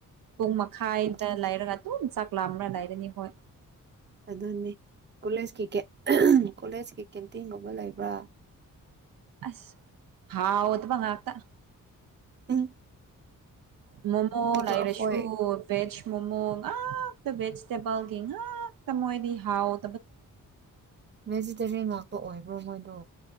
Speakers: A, on the right; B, on the right.
A: ꯄꯨꯡ ꯃꯈꯥꯏꯗ
B: ꯑꯗꯨꯅꯦ
A: ꯂꯩꯔꯒ ꯑꯗꯨꯝ ꯆꯥꯛ ꯂꯥ꯭ꯔꯥ ꯂꯩꯔꯅꯤ ꯍꯣꯏ
B: ꯑꯗꯨꯅꯤ ꯀꯣꯂꯦꯖꯀꯤ ꯀꯣꯂꯦꯖꯀꯤ ꯀꯦꯟꯇꯤꯟꯒꯨꯝꯕ ꯂꯩꯕ꯭ꯔꯥ
A: ꯑꯁ ꯍꯥꯎꯗ ꯃꯉ ꯑ
B: ꯎ
A: ꯃꯣꯃꯣ ꯂꯥꯏꯔꯦꯁꯨ
B: ꯑꯩꯈꯣꯏ
A: ꯦꯖ ꯃꯣꯃꯣ ꯉ ꯦꯖ ꯇꯦꯕꯜꯒꯤ ꯉ ꯣꯏꯗꯤ ꯍꯥꯥꯎꯑꯣ
B: ꯚꯦꯖꯤꯇꯦꯔꯤꯌꯟ ꯉꯥꯛꯇ ꯑꯣꯏꯕ꯭ꯔꯣ ꯃꯣꯏꯗꯣ